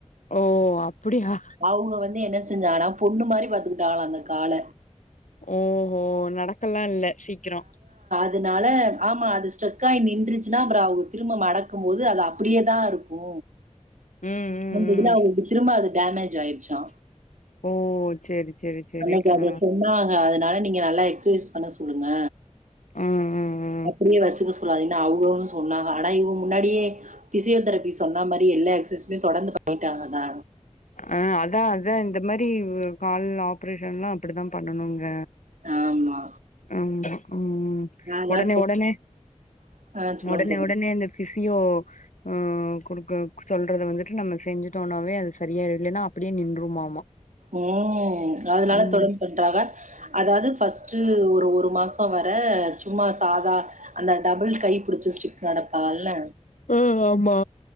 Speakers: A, on the left; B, on the right.
A: ஓ அப்டியா
B: அவங்க வந்து என்னஸ் செஞ்சாங்கனா பொண்ணு மாரி பாத்துகிட்டாங்களா அந்த கால
A: ஓஹோ நடக்கலா இல்ல சீக்குரோ
B: அதுனால ஆமா அது ஸ்டக்காயி நின்றுச்சுனா அப்புறோ அவக திரும்ப மடக்கும் போது அது அப்டியேதா இருக்கு
A: ம் ம்
B: வந்து
A: ம்
B: இதுல அவங்களுக்கு திரும்ப அது டேமேஜ் ஜாயிருச்சா
A: ஓ சேரி சேரி சேரி
B: அன்னைக்கு அதைய
A: ஆ
B: சொன்னாங்க அதன் அதுனால நீங்க நல்லா எக்சைஸ் பண்ண சொல்லுங்க
A: ம் ம் ம்
B: அப்டியே வெச்சுக்கஸ் ப்புறோ அது என்ன அவுங்களு சொன்னாங்க ஆனா இதுக்கு முன்னாடியே பிசியோ தெரபி சொன்னா மாரி எல்லா எக்சஸ் துமே தொடர்ந்து பண்ணிட்டாங்கதா
A: அ அதா அதா இந்த மாரி கால் ஆப்ரேஷன்ல்லா அப்புடித்தா பண்ணனுங்க
B: ஆமா
A: ஆம்மா ம்
B: நல்லா
A: ஒடனே ஒடனே
B: சொல்லுங்க
A: ஒடனே
B: சொல்லுங்க
A: ஒடனே அந்த ஃபிசியோ ஆ குடுக்க சொல்றத வந்துட்டு நம்ம செஞ்சுட்டோன்னாவே அது செரியாயிடு இல்லன்னா அப்டியே நின்றுமாமா
B: ம் அதனால
A: ம்
B: தொடந்து பண்றாங்க அதாவது ஃபஸ்ட்டு ஒர் டு ஒரு மாசோ வர சும்மா சாதா அந்த டபுள் கை புடுச்ச ஸ்டிக் நடப்பாங்கள்ல
A: ஆ ஆமா